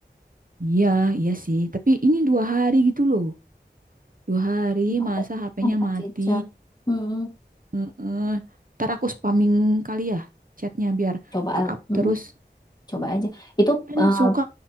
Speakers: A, on the right; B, on the left.
A: Iya, iya sih. Tapi ini dua hari gitu loh. Dua hari
B: Ada
A: masa HP-nya
B: ada Pak
A: mati.
B: Cecep. Mm-mm,
A: Heeh. Ntar aku spamming kali ya chatnya biar
B: Coba
A: ke
B: al-
A: up
B: mm-mm,
A: terus.
B: coba aja. Itu
A: Kan
B: eh,
A: suka